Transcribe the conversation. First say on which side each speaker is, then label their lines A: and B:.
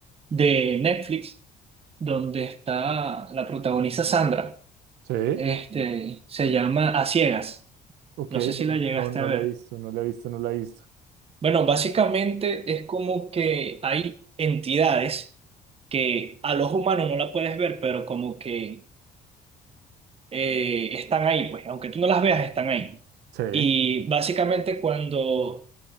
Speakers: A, on the right (about 35°); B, on the right (about 85°).
A: de Netflix donde está, la protagoniza Sandra.
B: Sí,
A: Este, se llama A Ciegas.
B: ok,
A: No sé si
B: no,
A: la llegaste
B: no, no
A: a ver.
B: la he visto, no la he visto, no la he visto.
A: Bueno, básicamente es como que hay entidades que a los humanos no la puedes ver, pero como que eh, están ahí, pues, aunque tú no las veas, están ahí.
B: Sí,
A: Y básicamente cuando